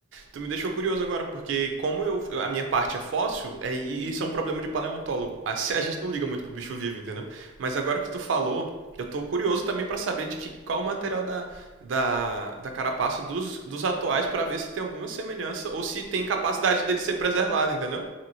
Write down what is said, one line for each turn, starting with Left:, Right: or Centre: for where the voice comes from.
Right: tu me deixou curioso agora, porque como eu a minha parte é fóssil, é, isso é um problema de paleontólogo. A, a gente não liga muito pro bicho vivo, entendeu? Mas agora que tu falou, eu tô curioso também para saber de que qual o material da, da, da carapaça dos, dos atuais para ver se tem alguma semelhança ou se tem
Left: Porque
Right: capacidade
Left: faz muito.
Right: dele ser preservado, entendeu?